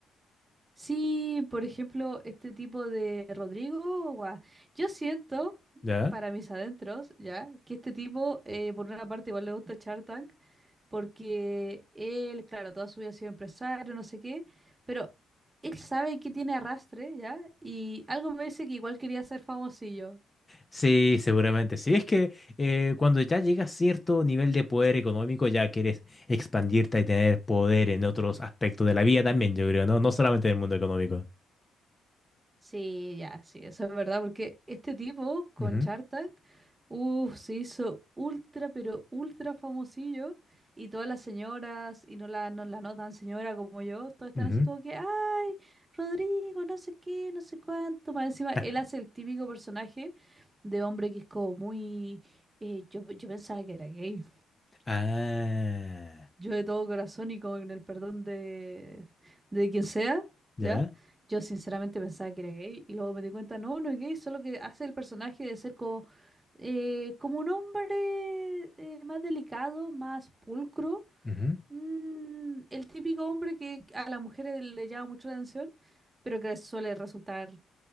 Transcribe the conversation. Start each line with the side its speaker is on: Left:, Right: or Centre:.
Right: Sí, por ejemplo, este tipo de Rodrigo, guau, yo siento,
Left: ¿Ya?
Right: para mis adentros, ya, que este tipo, eh, por una parte, igual le gusta Shark Tank, porque él, claro, toda su vida ha sido empresario, no sé qué, pero él sabe que tiene arrastre, ya, y algo me dice que igual quería ser famosillo.
Left: Sí, seguramente. Sí, es que eh, cuando ya llegas a cierto nivel de poder económico, ya quieres expandirte y tener poder en otros aspectos de la vida también, yo creo, ¿no? No solamente del mundo económico.
Right: Sí, ya, sí, eso es verdad, porque este tipo con
Left: Ujú,
Right: Shark Tank, uff, se hizo ultra, pero ultra famosillo, y todas las señoras, y no la, no la notan señora como yo, todas están
Left: ujú.
Right: así como que, ay, Rodrigo, no sé qué, no sé cuánto, más encima, él
Left: <laughs>
Right: hace el típico personaje de hombre que es como muy, eh, yo, yo pensaba que era gay
Left: Ah,
Right: yo de todo corazón y con el perdón de, de quien sea,
Left: ya.
Right: ¿ya? Yo sinceramente pensaba que era gay y luego me di cuenta, no, no es gay, solo que hace el personaje de ser como, eh, como un hombre eh, más delicado, más pulcro,
Left: Ujú.
Right: mm, el típico hombre que a las mujeres le llama mucho la atención, pero que suele resultar